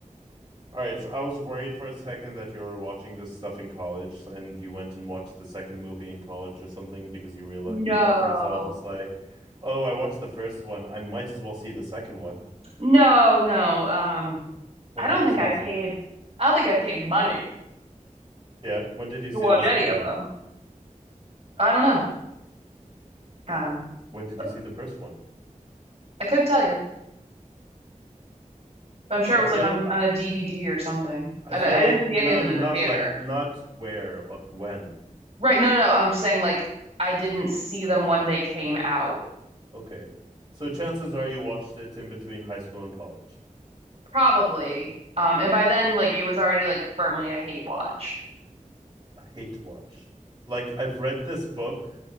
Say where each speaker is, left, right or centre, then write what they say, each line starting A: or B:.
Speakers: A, on the right; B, on the right.
A: All right, so I was worried for a second that you were watching this stuff in college and you went and watched the second movie in college or something because you real
B: No,
A: you thought to yourself, it's like, oh, I watched the first one. I might as well see the second one.
B: no, no. Um,
A: When
B: I don't
A: did you
B: think
A: see
B: I
A: the second
B: paid.
A: one?
B: I don't think I paid money
A: Yeah. When did you
B: to
A: see
B: watch
A: the
B: any
A: second
B: of
A: one?
B: them. I don't know. Um,
A: When did
B: like
A: you see the first one?
B: I couldn't tell you, but I'm sure
A: I
B: it was
A: feel
B: like on
A: uh,
B: on a DVD or something.
A: I
B: I,
A: feel
B: I
A: like
B: didn't see
A: no,
B: any of them
A: no, not
B: in the theater.
A: like not where, but when.
B: Right. No, no, no. I'm just saying like I didn't see them when they came out.
A: Okay. So chances are you watched it in between high school and college.
B: Probably. Um, and by then like it was already like firmly a hate watch.
A: A hate watch. Like I've read this book